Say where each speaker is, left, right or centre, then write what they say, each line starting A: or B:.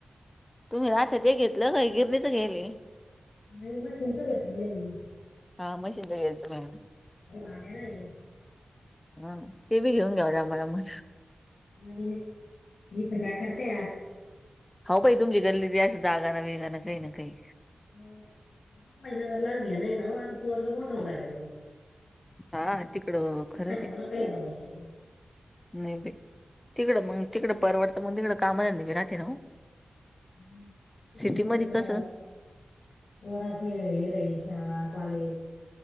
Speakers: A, on the left; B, on the left.
A: तुम्ही राहत ते घेतलं काय गिरनीच घ्यायले?
B: नाही मशीनच घेतलेल हाय मी
A: हा मशीनच घ्यायच तुम्ही
B: हे भाड्यानं आहे
A: हा ते बी घेऊन द्या आम्हाला मग
B: <unintelligible> हित काय करते
A: हो, भा तुमची गल्लीस जागा ना वेगा ना काही ना काही
B: नाही आता संभाजनगरलाच घेण ना आता पोरग मोठंवर राहिलं.
A: हा तिकडं खरंच
B: हे तर ोडं काय भवष्य
A: नाहीे बी तिकडं मग तिकडं परवडतं मग तिकडं काम भिरती ना.
B: हम्म तिकडं
A: सिटीमध्ये
B: पोरगा
A: कसं
B: पोराचे हे राही शाळा कॉलेज